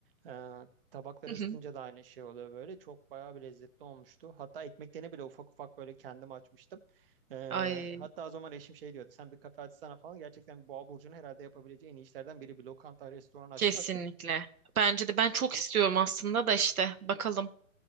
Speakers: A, on the right; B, on the right.
A: Ee, tabakları
B: hı
A: ısıtınca
B: hı.
A: da aynı şey oluyor böyle. Çok bayağı bir lezzetli olmuştu. Hatta ekmeklerini bile ufak ufak böyle kendim açmıştım. Ee,
B: ay
A: hatta o zaman eşim şey diyordu. Sen bir kafe açsana falan. Gerçekten Boğa Burcu'nun herhalde yapabileceği en iyi işlerden biri bir lokanta, restoran açmak.
B: kesinlikle.
A: <laughs>
B: Bence de ben çok istiyorum aslında da işte bakalım.